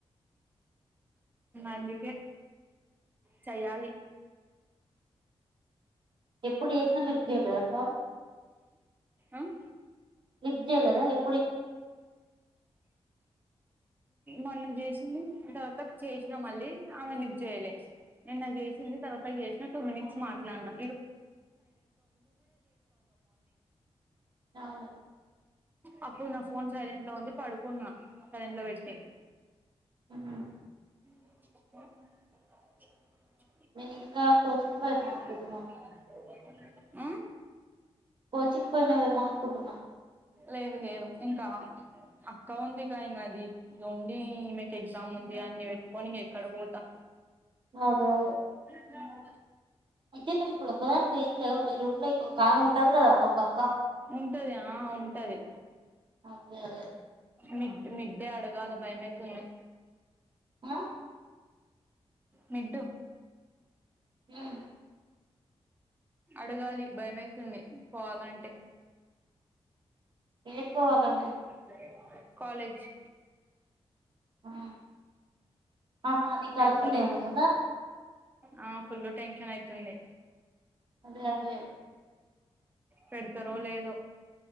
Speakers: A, on the right; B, on the right.
A: అందుకే చేయాలి
B: ఎప్పుడు చేసిన లిఫ్ జలస
A: ఆహ్
B: విద్య లేదా ఏ
A: మొన్న చేసింది తర్వాతకు చేసినా మళ్ళీ ఆమె లిఫ్ చేయలే నిన్న చేసి తిని తర్వాతకు చేసిన టూ మినిట్స్ మాట్ ఇట్లన్న
B: అవును
A: అప్ హమ్ నా ఫోన్ సైలెంట్ లో ఉంది పడుకున్నా కరెంట్ పోయింది సే
B: ఉహు.
A: <inaudible>
B: నేనే ఇంకా కోచింగ్ పోయినా
A: <inaudible>
B: అనుకుంటున్నా
A: హమ్
B: కోచింగ్ పోయినావేమో అనుకుంటున్నా
A: లేదు లేదు ఇంకా అక్క ఉంది కా ఇంకా అది ఉండి మీకు ఎగ్జామ్ ఉంది అన్ని పెట్టుకొని ఇంక ఎక్కడ పోతా
B: అదే అదే
A: లేచావ
B: అయితే నీవు ఇప్పుడు ఒక దానివేమ్ లేవు మీ రూమ్ లో ఇంకొక ఆమె ఉంటది కదా ఒక అక్క
A: ఉంటాది ఆ ఉంటది
B: అదే అదే
A: మిడ్ మిడ్డే అడగాల భయమైతుంది
B: ఆ
A: నిడ్డు
B: మ్
A: అడగాలి భయమైతుంది పోవాలంటే
B: ఏడికోవాల
A: <inaudible> కాలేజ్
B: ఆ ఆహా నీకదుందేమో
A: పెడతారో
B: కదా
A: ఆ ఫుల్ టెన్షన్ అయితుంది
B: అదే అదే
A: పెడతారో లేదో